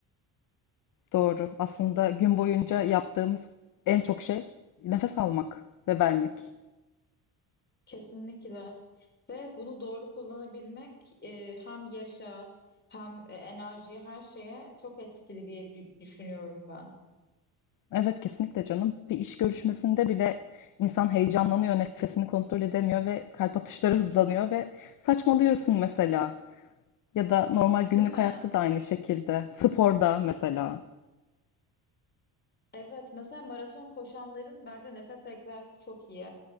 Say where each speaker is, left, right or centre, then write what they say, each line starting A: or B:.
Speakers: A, on the left; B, on the left.
A: Doğru. Aslında gün boyunca yaptığımız en çok şey nefes almak ve vermek.
B: Kesinlikle. Ve bunu doğru kullanabilmek e, hem yaşa hem e, enerjiye her şeye çok etkili diye dü- düşünüyorum ben.
A: Evet, kesinlikle canım. Bir iş görüşmesinde bile insan heyecanlanıyor, nefesini kontrol edemiyor ve kalp atışları hızlanıyor ve saçmalıyorsun mesela. Ya da normal günlük
B: Değil mi?
A: hayatta da aynı şekilde. Sporda mesela.
B: Evet. Mesela maraton koşanların bence nefes egzersizi çok iyi.